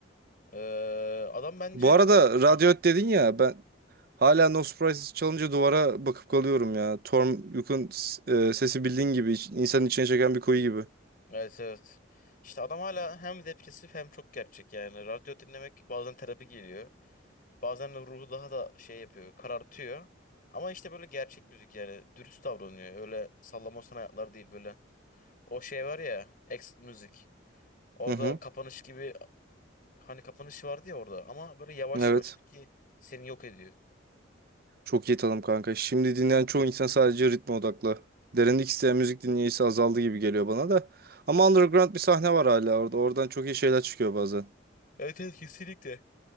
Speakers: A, on the left (about 45°); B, on the right (about 50°).
A: Ee, adam bence...
B: Bu arada
A: A- Ha.
B: Radiohead dedin ya ben hala No Surprises çalınca duvara bakıp kalıyorum ya. Torm Yuk'un s- e, sesi bildiğin gibi iç- insanın içine çeken bir kuyu gibi.
A: Evet evet. İşte adam hala hem depresif hem çok gerçek yani. Radyo dinlemek bazen terapi geliyor. Bazen de ruhu daha da şey yapıyor, karartıyor. Ama işte böyle gerçek müzik yani dürüst davranıyor. Öyle sallamosan hayatlar değil böyle. O şey var ya, Exit müzik. Orada
B: Hı hı.
A: kapanış gibi hani kapanış vardı ya orada ama böyle yavaş
B: Evet.
A: yavaş sanki seni yok ediyor.
B: Çok iyi tanım kanka. Şimdi dinleyen çoğu insan sadece ritme odaklı. Derinlik isteyen müzik dinleyicisi azaldı gibi geliyor bana da. Ama underground bir sahne var hala orada. Oradan çok iyi şeyler çıkıyor bazen.
A: Evet evet kesinlikle.